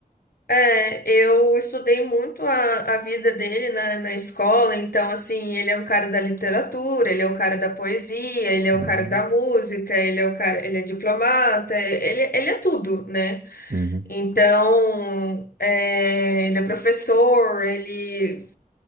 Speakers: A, on the left; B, on the right.
A: É, eu estudei muito a, a vida dele na, na escola, então, assim, ele é um cara da literatura, ele é um cara da poesia, ele
B: Tá
A: é um
B: vendo?
A: cara da música, ele é um cara, ele é diplomata, ele, ele é tudo, né?
B: Uhum,
A: Então, é, ele é professor, ele